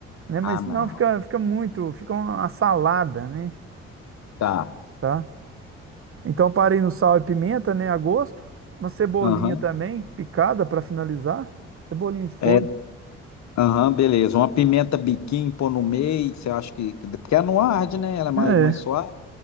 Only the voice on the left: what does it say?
Ah,
não.
Tá.
Aham.
É, aham, beleza. Uma pimenta biquinho, pôr no meio, que você acha que, que. Porque ela não arde, né? Ela é mais,
mais suave.